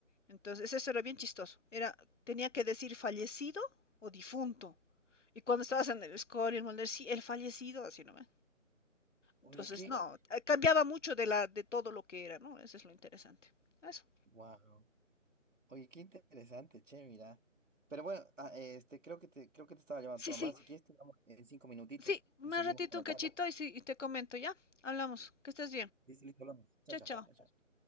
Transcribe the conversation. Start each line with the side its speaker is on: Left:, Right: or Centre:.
Left: Entonces, eso era bien chistoso. Era, tenía que decir fallecido o difunto. Y cuando estabas en el score y el molde, sí, el fallecido, así no ve.
Right: Oye,
Left: Entonces,
Right: qué.
Left: no, eh, cambiaba mucho de la, de todo lo que era, ¿no? Eso es lo interesante. Eso.
Right: Wow. Oye, qué interesante, che, mira. Pero bueno, ah, este, creo que te, creo que te estaba llamando
Left: Sí,
Right: tu mamá.
Left: sí,
Right: Si quieres, te llamo en cinco minutitos
Left: Sí, más
Right: y seguimos
Left: ratito
Right: con la
Left: un cachito
Right: charla.
Left: y, sí, y te comento, ¿ya? Hablamos. Que estés bien.
Right: Listo, listo, hablamos. Chao,
Left: Chao,
Right: chao,
Left: chao.
Right: chao, chao.